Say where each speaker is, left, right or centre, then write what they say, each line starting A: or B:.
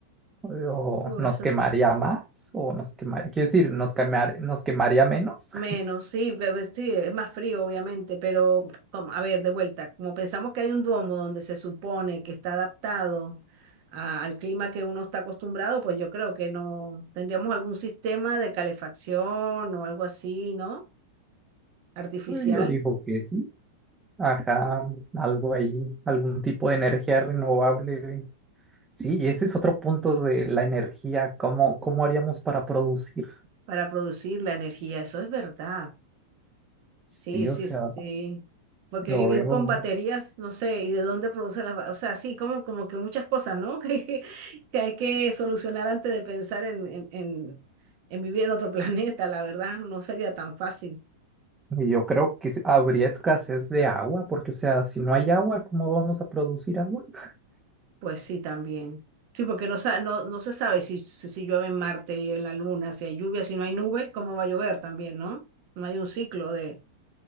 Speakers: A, on the right; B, on the right.
A: ¿O
B: uh,
A: nos
B: eso
A: quemaría más? ¿O nos quemaría, quiero decir, nos quemar- nos quemaría menos?
B: Menos, sí, pero es- sí, es más frío, obviamente, pero como, a ver, de vuelta, como pensamos que hay un duomo donde se supone que está adaptado a- al clima que uno está acostumbrado, pues yo creo que no tendríamos algún sistema de calefacción o algo así, ¿no? Artificial
A: Pues Yo digo que sí. Ajá, algo ahí, algún tipo de energía renovable. Sí, y ese es otro punto de la energía. ¿Cómo, cómo haríamos para producir?
B: para producir la energía, eso es verdad.
A: Sí,
B: Sí, sí,
A: o sea,
B: sí. Porque
A: lo
B: vivir
A: veo.
B: con baterías, no sé, y de dónde produce las, ba- o sea, sí, como, como que muchas cosas, ¿no? <laughs> Que, que hay que solucionar antes de pensar en, en, en, en vivir en otro <laughs> planeta, la verdad, no sería tan fácil.
A: y Yo creo que habría escasez de agua, porque, o sea, si no hay agua, ¿cómo vamos a producir agua? <laughs>
B: Pues sí, también. Sí, porque no, sa- no, no se sabe si, si, si llueve en Marte y en la Luna, si hay lluvia, si no hay nubes, cómo va a llover también, ¿no? No hay un ciclo de,